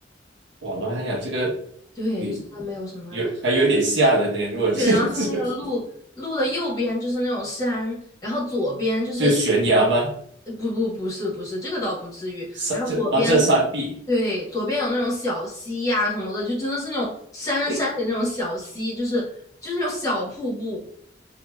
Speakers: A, on the right (about 80°); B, on the left (about 20°).
A: 哇妈呀，这个
B: 对，
A: 你
B: 就真的没有什么人。
A: 有还有一点吓人呢。如果这个是
B: 对，然后它那个路路的右边就是那种山，
A: <laughs>
B: 然后左边就是我，
A: 就悬崖吗？
B: 呃不不不是不是，这个倒不至于。
A: 山这啊这山壁，
B: 然后左边是对，左边有那种小溪呀、什么的，就真的是那种山山里那种小溪，
A: 诶
B: 就是就是那种小瀑布。